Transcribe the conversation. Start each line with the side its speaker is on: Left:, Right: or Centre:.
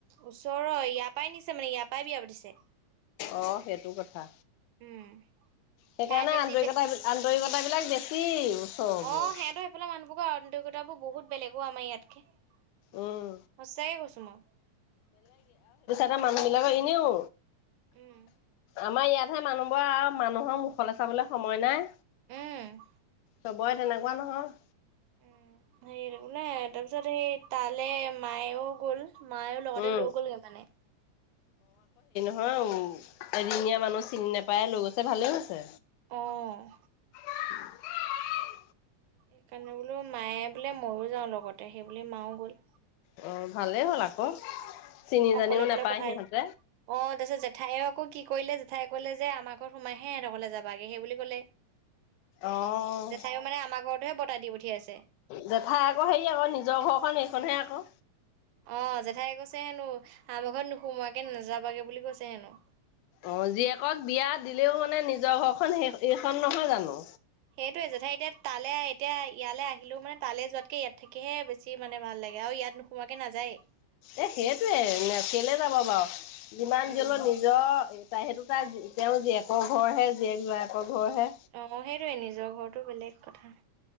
Right: ওচৰৰ ইয়াৰ পৰাই নিছে মানে ইয়াৰ পৰাই বিয়া পাতিছে
Left: অ সেইটো কথা
Right: উম
Left: সেইকাৰণে
Right: তাই বেছি
Left: আন্তৰিকতা
Right: বে
Left: আন্তৰিকতাবিলাক বেছি ওচৰবোৰৰ।
Right: অ সিহঁত সফালে মানুহবোৰৰ আন্তৰিকতা বোৰ বহুত বেলেগ অ আমাৰ ইয়াতকে সঁচাকে
Left: উম।
Right: কৈছো মই
Left: মানুহ বিলাকৰ এনেও
Right: উম
Left: আমাৰ ইয়াতহে মানুহবোৰ আৰু মানুহৰ মুখলৈ চাবলৈ সময় নাই
Right: উম
Left: চবৰে তেনেকুৱা নহয়
Right: উম হেৰী ওলাই তাৰপিছত সেই তালৈ মায়েও গ'ল মায়ও লগতে
Left: উম।
Right: লৈ গ'লগে মানে
Left: হ এদিনীয়া মানুহ চিনি নাপায় লৈ গৈছে ভালেই হৈছে
Right: অহ
Left: উম <unintelligible>
Right: সেইকাৰণে বোলো মায়ে বোলে ময়ো যাওঁ লগতে সেইবুলি মাও গ'ল
Left: অ ভালেই হ'ল আকৌ চিনি
Right: অকলে
Left: জানিও
Right: অকলে
Left: নাপায়
Right: পঠায়
Left: সিহঁতে।
Right: অ তাৰপিছত জেঠাইও আকৌ কি কৰিলে ঠাই কলে যে আমাৰ ঘৰত সোমাইহে হেহত ঘৰলে যাবাগে সেই বুলি ক'লে
Left: অ'।
Right: জেঠাইও মানে আমাৰ ঘৰতোহে বতাই দি পঠিয়াইছে
Left: জেঠাই আকৌ হে আকৌ নিজৰ ঘৰখন সেইখনহে আকৌ
Right: অ জেঠাই কৈছে হেনো আমাৰ ঘৰত নোসুমোৱাকে নাযাবাগে বুলি কৈছে হেনো
Left: অ জীয়েকক বিয়া দিলেও মানে নিজৰ ঘৰখন সেই এইখন নহয় জানো
Right: সেইটোৱয়ে জেথাই এতিয়া তালে এতিয়া ইয়ালে আহিলেও মানে তালৈ যোৱাতকে ইয়াত থাকিহে বেছি মানে ভাল লাগে সেৱাও আৰু ইয়াত নোসোমোৱাকে নাযায়
Left: এ সেইটোৱে কেলে যাব বাৰু যিমান
Right: উম,
Left: যি হ'লেও নিজৰ তাই সেইটো তাৰ তেওঁ জীয়েকৰ ঘৰহে জীয়েক জোৱায়েকৰ ঘৰহে।
Right: অ সেইটোয়ে নিজৰ ঘৰতো বেলেগ কথা